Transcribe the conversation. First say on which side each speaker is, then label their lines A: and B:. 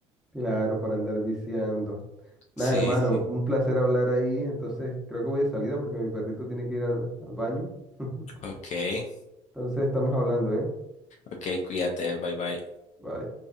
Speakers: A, in the centre; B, on the left (about 50°).
A: claro, para andar viciando. Nada,
B: Sí,
A: hermano,
B: sí.
A: un placer hablar ahí. Entonces, creo que voy de salida porque mi perrito tiene que ir al al baño. <laughs>
B: Ok.
A: Entonces, estamos hablando, ¿eh?
B: Ok, cuídate, bye bye.
A: Bye.